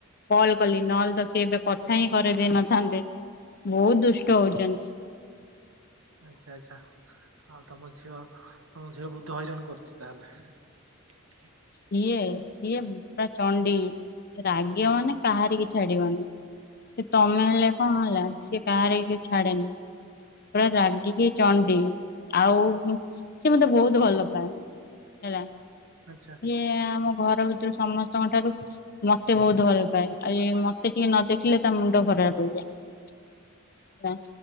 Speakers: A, on the left; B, on the right.
A: କଲ କଲି ନହେଲେ ତ ସେ ଏବେ କଥା ହିଁ କରେଇଦେଇ ନଥାନ୍ତେ ବହୁତ ଦୁଷ୍ଟ ହଉଚନ୍ତି।
B: ଆଚ୍ଛା ଆଚ୍ଛା। ଆଉ ତମ ଝିଅ ତମ ଝିଅ ବହୁତ ହଇରାଣ କରୁଛି ତାହେଲେ। ଓ <unintelligible>
A: ସିଏ ସିଏ ପୁରା ଚଣ୍ଡି ରାଗିବ ମାନେ କାହାରି କି ଛାଡିବନି। ସେ ତମେ ହେଲେ କଣ ହେଲା ସିଏ କାହାରି କି ଛାଡେନି। ରାଗିକି ଚଣ୍ଡୀ ଆଉ ସିଏ ମତେ ବହୁତ ଭଲ ପାଏ। ହେଲା
B: ଆଚ୍ଛା।
A: ସିଏ ଆମ ଘର ଭିତରୁ ସମସ୍ତଙ୍କ ଠାରୁ ମତେ ବହୁତ ଭଲ ପାଏ ଆଉ ମତେ ଟିକେ ନ ଦେଖିଲେ ତା ମୁଣ୍ଡ ଖରାପ ହେଇଯାଏ।